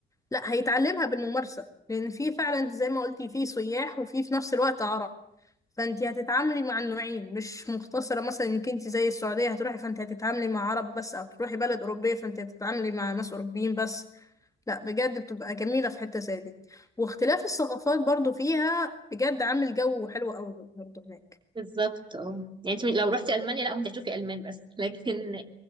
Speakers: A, on the left (about 15°); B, on the right (about 25°).
A: لا هيتعلمها بالممارسة لأن في فعلا زي ما قلتي في سياح وفي في نفس الوقت عرب فانت هتتعاملي مع النوعين مش مقتصرة مثلا انك انت زي السعودية هتروحي فانت هتتعاملي مع عرب بس او تروحي بلد اوروبية فانت هتتعاملي مع ناس اوروبيين بس لا بجد بتبقى جميلة في حتة زي دي واختلاف الثقافات برضو فيها بجد عامل جو حلو قوي برضو هناك
B: بالظبط اه يعني انت من- لو رحتي المانيا لا كنت هتشوفي المان بس <laughs> لكن